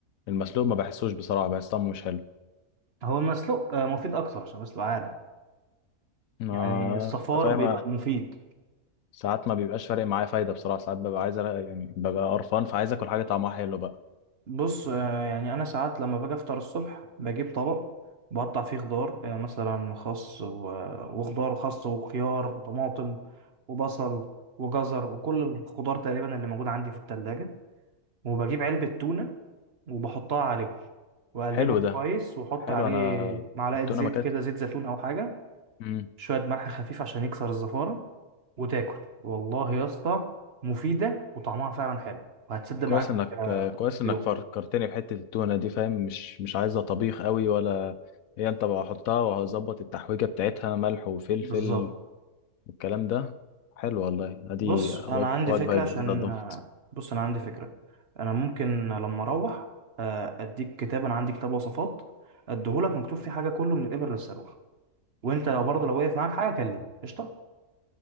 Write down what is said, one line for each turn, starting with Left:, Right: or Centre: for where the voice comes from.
Left: المسلوق ما بحسوش بصراحة بحس طعمه مش حلو
Right: هو المسلوق آه، مفيد أكتر عشان بس تبقى عارف
Left: آه،
Right: يعني الصفار
Left: انت فاهم
Right: بيبقى مفيد
Left: ساعات ما بيبقاش فارق معايا فايدة بصراحة ساعات ببقى عايز أ- يعني ببقى قرفان فعايز آكل حاجة طعمها حلو بقى
Right: بص آه، يعني انا ساعات لما باجي افطر الصبح بجيب طبق بقطع فيه خضار آه، مثلا خس و- وخضار خس وخيار وطماطم وبصل وجزر وكل الخضار تقريبا اللي موجود عندي في التلاجة وبجيب علبة تونة وبحطها عليهم واقلبهم
Left: حلو ده
Right: كويس واحط
Left: حلو
Right: عليه
Left: أنا
Right: معلقة
Left: التونة
Right: زيت
Left: ما كانت
Right: كده زيت زيتون او حاجة
Left: مم.
Right: شوية ملح خفيف عشان يكسر الزفارة وتاكل والله يا اسطى مفيدة وطعمها فعلا حلو وهتسد معاك
Left: كويس إنك
Right: آه،
Left: آه، كويس
Right: اليوم
Left: إنك فكرتني بحتة التونة دي فاهم مش مش عايزة طبيخ قوي ولا هي أنت بقى حطها وهظبط التحويجة بتاعتها ملح وفلفل
Right: بالظبط
Left: والكلام ده حلو والله أدي
Right: بص أنا
Left: وجبة
Right: عندي
Left: وجبة
Right: فكرة
Left: جديدة
Right: عشان
Left: أضافها.
Right: آه، بص أنا عندي فكرة أنا ممكن لما أروح آه، أديك كتاب أنا عندي كتاب وصفات أديهولك مكتوب فيه حاجة كله من الإبر للصاروخ وأنت لو برضه لو وقف معاك حاجة كلمني قشطة